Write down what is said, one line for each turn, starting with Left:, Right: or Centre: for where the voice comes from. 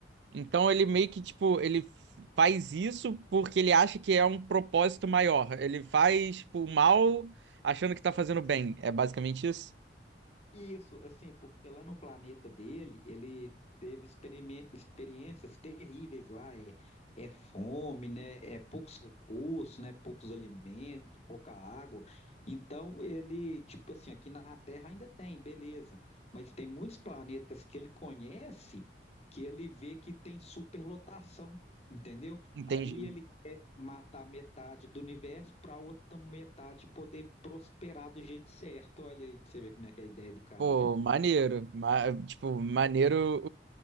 Right: Então ele meio que tipo, ele faz isso porque ele acha que é um propósito maior. Ele faz tipo, o mal achando que tá fazendo bem. É basicamente isso?
Left: Isso, assim, porque lá no planeta dele, ele teve experimen- experiências terríveis lá, é, é fome, né, é poucos recursos, né, poucos alimentos, pouca água. Então ele, tipo assim, aqui na Terra ainda tem, beleza, mas tem muitos planetas que ele conhece que ele vê que tem superlotação, entendeu?
Right: Entendi.
Left: Aí ele matar metade do universo para outra metade poder prosperar do jeito certo. Olha aí pra você ver como é que é a ideia do cara.
Right: Pô, maneiro. Ma- tipo, maneiro